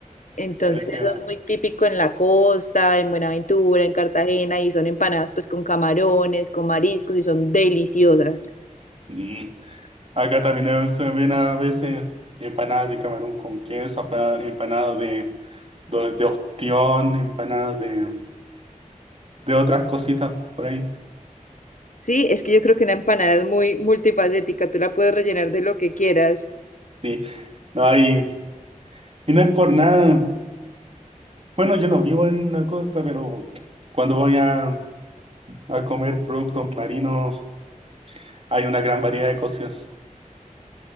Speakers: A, on the left; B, on the right.
A: Entonces
B: a veces.
A: eso es muy típico en la costa, en Buenaventura, en Cartagena, y son empanadas pues con camarones, con mariscos, y son deliciosas.
B: mm, Acá también a veces se ven a veces empanadas de camarón con queso, apa- empanadas de, de, de ostión, empanadas de, de otras cositas por ahí.
A: Sí, es que yo creo que una empanada es muy multifacética, tú la puedes rellenar de lo que quieras.
B: Sí. No hay. Y no es por nada. Bueno, yo no vivo en la costa, pero cuando voy a a comer productos marinos. Hay una gran variedad de cosas.